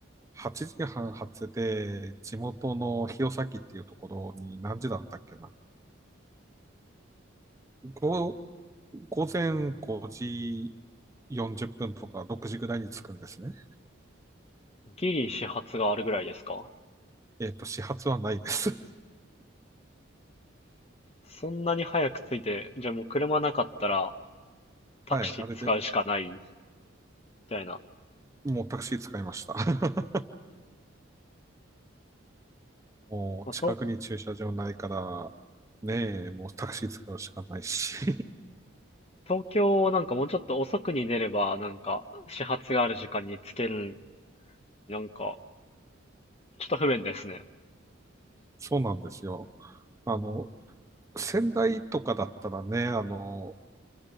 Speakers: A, on the right; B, on the left.
A: 8時半発で、地元の弘前っていうところに何時だったっけな。ご午前5時40分とか6時ぐらいに着くんですね。
B: ギリ始発があるぐらいですか
A: えっと、始発はないです。
B: そんなに早く着いて、じゃあもう車なかったら
A: <laughs>
B: タクシー使うしかないみ
A: はい、あれで、
B: たいな。
A: もうタクシー使いました。<laughs> もう近くに駐車場ないから、
B: まあ、と
A: ねえ、もうタクシー使うしかないし。
B: 東京なんかもうちょっと遅くに出れば、なんか始発がある時間に着ける、なんかちょっと不便ですね。
A: <laughs> そうなんですよ。あの、仙台とかだったらね、あの、